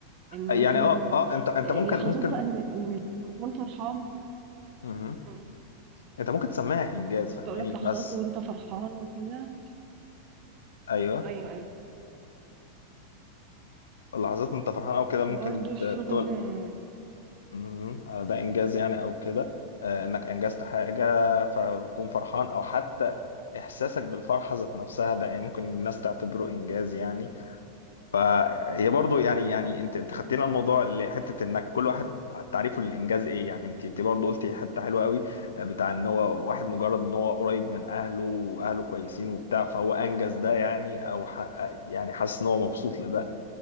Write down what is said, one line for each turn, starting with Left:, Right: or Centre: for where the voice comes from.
Right: ان
Left: يعني
Right: مثلا
Left: اه اه انت انت
Right: آه،
Left: ممكن
Right: لحظات
Left: ممكن
Right: بقى ان ان لما تكون فرحان
Left: مهم.
Right: مم.
Left: انت ممكن تسميها انجاز
Right: كنت
Left: فاهماني
Right: اقول لك
Left: بس
Right: لحظات وانت فرحان وكده
Left: ايوه
Right: ايوه ايوه
Left: اللحظات انت فرحان او كده ممكن
Right: وبرده الشغل
Left: ت- تقول
Right: آه،
Left: مهم. آه، ده انجاز يعني او كده آه، انك انجزت حاجه فبتكون فرحان او حتى احساسك بالفرحه ذات نفسها ده يعني ممكن الناس تعتبره انجاز يعني فهي برضو يعني يعني انت انت خدتينا الموضوع لحته انك كل واحد تعريفه للانجاز ايه يعني انت انت برضو قلتي حته حلوه قوي آه، بتاع ان هو واحد مجرد ان هو قريب من اهله واهله كويسين وبتاع فهو انجز ده يعني او حقق- يعني حاسس ان هو مبسوط لده